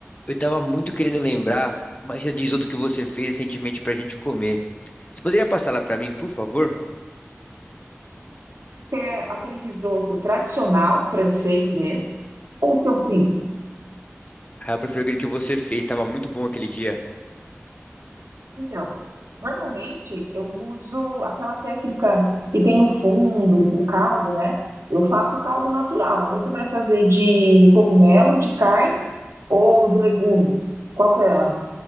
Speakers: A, on the left (about 30°); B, on the right (about 85°).
A: Eu tava muito querendo lembrar, mas já diz outro que você fez recentemente pra gente comer. Você poderia passar lá pra mim, por favor?
B: Você quer aquele risoto tradicional, francês mesmo, ou o que eu fiz?
A: Ah, eu prefiro aquele que você fez, tava muito bom aquele dia.
B: Então, normalmente eu uso aquela técnica que tem o fundo, o caldo, né? Eu faço o caldo natural. Você vai fazer de cogumelo, de carne ou de legumes? Qual que é a